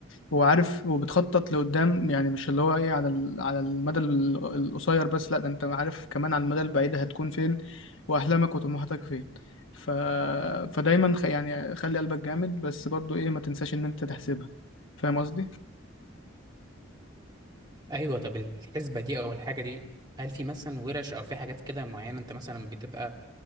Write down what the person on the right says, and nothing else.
ايوه طب الحسبه دي او الحاجه دي هل في مثلا ورش او في حاجات كده معينه انت مثلا بتبقى